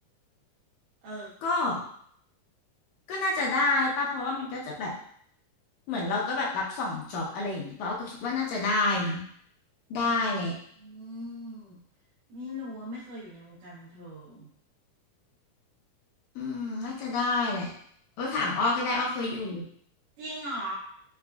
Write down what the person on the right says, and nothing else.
เออ
อืม
อืมไม่รู้อะไม่เคยอยู่ในวงการบันเทิง
เออจริงเหรอ